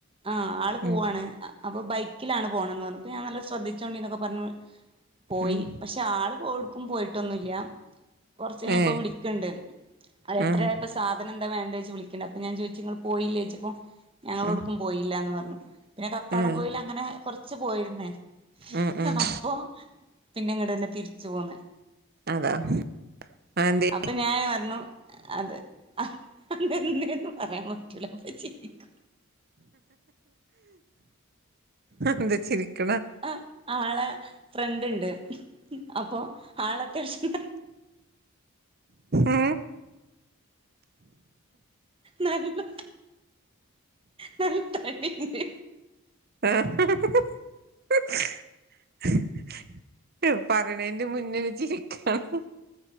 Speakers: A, on the right; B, on the right.
A: ആഹ് ആള് പോവാണ്.
B: ഉം
A: അപ്പൊ ബൈക്കിലാണ് പോണന്ന് പറഞ്ഞു അപ്പൊ ഞാ നല്ല ശ്രദ്ധിച്ചോണ്ടിന്നൊക്കെ പറഞ്ഞു പോയി
B: ഉം
A: പക്ഷെ ആള് പോ എവ്ട്ക്കും പോയിട്ടൊന്നുല്ല കൊറച്ച് കയ്ഞ്ഞപ്പ
B: ഏഹ്
A: വിളിക്ക്ണ്ട്. അ എട്ടരയായപ്പ
B: ആഹ്
A: സാധനെന്താ വേണ്ടേച്ച് വിളിക്ക്ണ്ട് അപ്പൊ ഞാൻ ചോയിച്ചു ഇങ്ങൾ പോയില്ലേയ്ച്ചപ്പൊ. ഞങ്ങളൊട്ക്കും
B: ആഹ്
A: പോയില്ലാന്ന് പറഞ്ഞു പിന്നെ കക്കാടം
B: ആഹ്
A: പോയിൽ അങ്ങനെ കൊറ്ച്ച് പോയിരുന്നേ
B: ആഹ് ആഹ്
A: നാപ്പോ പിന്നങ്ങട്ടെന്നെ തിരിച്ചു പോന്ന്.
B: അതാ അതെന്തേ
A: അപ്പൊ ഞാന് പറഞ്ഞു. അത് അതന്തേന്ന് പറയാൻ പറ്റൂല്ല അപ്പ ചീരിക്കും.
B: എന്ത ചിരിക്ക്ണ്.
A: അ ആളെ ഫ്രണ്ട്ണ്ട് അപ്പോ ആളത്യാവശ്യ
B: ഏഹ്.
A: നല്ല ത നല്ല തടിണ്ട്.
B: ആഹ്. റ്റു പറയ്ണേന്റെ മുന്നെന്നെ ചിരിക്കാണ്.